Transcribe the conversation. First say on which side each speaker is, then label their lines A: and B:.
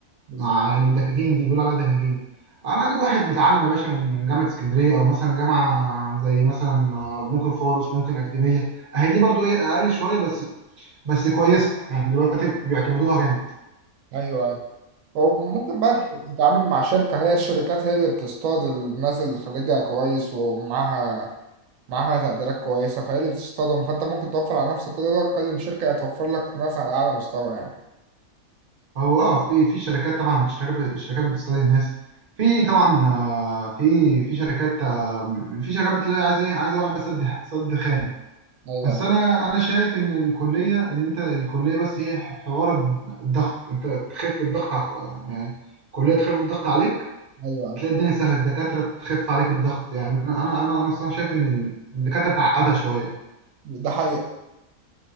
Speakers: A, on the right; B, on the right.
A: بالظبط
B: مع يعني الدكاكين دي بيقولوا عليها دكاكين انا اجيب واحد متعلم يا باشا من جامعه اسكندريه او مثلا جامعه زي مثلا آه، ممكن فاروس ممكن اكاديميه اهي دي برضو ايه اقل شويه بس بس كويسه يعني دلوقتي بيعتمدوها جامد
A: أيوه أيوه وممكن بقى تتعامل مع شركة هي الشركات هي اللي بتصطاد الناس اللي خريجها كويس ومعاها معاها تقديرات كويسة فهي اللي بتصطدم فأنت ممكن توفر على نفسك كل ده تكلم شركة هتوفر لك ناس على أعلى مستوى يعني
B: هو اه في في شركات طبعا الشركات الشركات بتستضي الناس في طبعا آه، في في شركات آه، في شركات بتلاقي عايزه ايه عايزه واحد بس سد سد خام
A: أيوه
B: بس
A: أيوه
B: انا انا شايف ان الكليه ان انت الكليه بس هي حوار الضغط انت تخف الضغط على يعني الكليه تخف الضغط عليك
A: أيوه أيوة.
B: تلاقي الدنيا سهله الدكاتره تخف عليك الضغط يعني انا انا انا انا الصراحه شايف ان الدكاتره تعقدها شويه
A: ده حقيقة